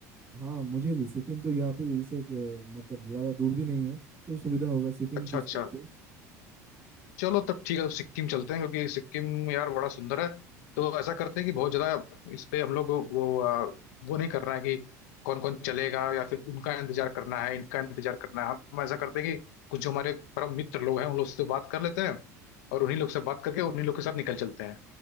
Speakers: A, on the right; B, on the left.
A: हाँ मुझे भी सिक्किम तो यहाँ पे इससे अ, मतलब ज़्यादा दूर भी नहीं है तो सुविधा होगा सिक्किम
B: अच्छा
A: ही चूज
B: अच्छा
A: करते हैं।
B: चलो तब ठीक है तो सिक्किम चलते हैं क्योंकि सिक्किम यार बड़ा सुंदर है तो ऐसा करते हैं कि बहुत ज्यादा इस पे हम लोग को वो आ, वो नहीं करना है कि कौन कौन चलेगा या फिर उनका इंतजार करना है इनका इंतजार करना है हम ऐसा करते हैं कि कुछ जो हमारे परम मित्र लोग हैं उन लोग से बात कर लेते हैं और उन्हीं लोग से बात करके उन्हीं लोग के साथ निकल चलते हैं